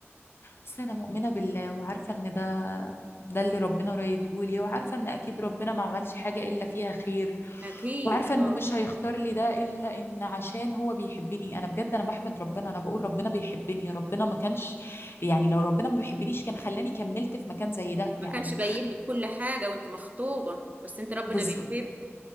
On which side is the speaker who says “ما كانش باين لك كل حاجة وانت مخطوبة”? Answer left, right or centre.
Right